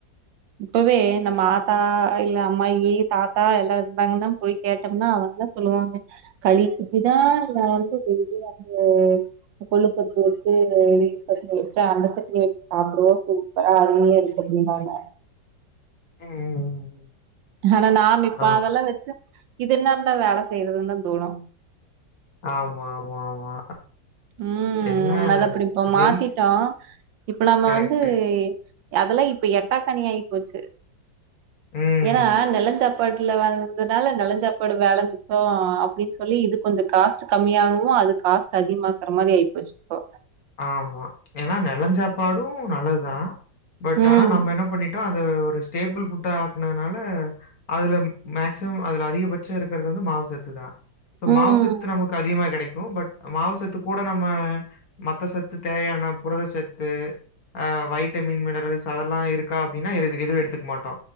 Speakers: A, on the right; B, on the left.
A: இப்பவே நம்ம ஆத்தா அ இல்ல அம்மாயி, தாத்தா எல்லா இர்ந்தாங்கன்னா போய் கேட்டம்னா அவங்கள சொல்லுவாங்க களி இதுதா நாங் வந்து டெய்லி வந்து கொள்ளுப்பருப்பு வச்சு இந்த <unintelligible> சட்னி வெச்சு அந்த சட்னி வெச்சு சாப்புடுவோ சூப்பரா அருமையா இருக்கு அப்டிம்பாங்க
B: ம். ம். ம்.
A: ஆனா நாம இப்ப
B: ஓ.
A: அதெல்லா வெச்சு இது என்னத்தா வேல செய்யறதுன்தா தோணு
B: ஆமா ஆமா ஆமா
A: ம்
B: என்ன
A: அது அப்டியிப்போ
B: ஹெல்த்
A: மாத்திட்டோ இப்ப நம்ம
B: கரெக்ட்
A: வந்து அதெல்லா இப்ப எட்டா கனி ஆகி போச்சு
B: ம்
A: ஏன்னா நிலஞ்சாத் பாட்டுல வந்ததால நளைஞ்சாப்படு வேலம்பிச்சோ அப்டின்னு சொல்லி இது கொஞ்சோ காஸ்ட் கம்மியாகவு அது காஸ்ட் அதிகமாக்குற மாரி ஆயிப்போச்சு இப்போ
B: ஆமா ஏன்னா நெலன் சாப்பாடு நல்லதுதா பட்
A: ம்
B: ஆனா நம்ம என்ன பண்ணிட்டோ இத ஒரு ஸ்டேபிள் ஃபுட்டா ஆக்குனதுனால அதுல மேக்சிமம் அதுல அதிகபட்ச இருக்கிறது வந்து மாவுசத்து தா சோ
A: ம்
B: மாவுசத்து நமக்கு அதிகமா கெடைக்கு பட் மாவுசத்து கூட நம்ம மத்த சத்து தேவயான புரத சத்து அ வைட்டமின் மினரல்ஸ் அதெல்லா இருக்கா அப்டின்னா எது எதுவு எடுத்துக்க மாட்டோ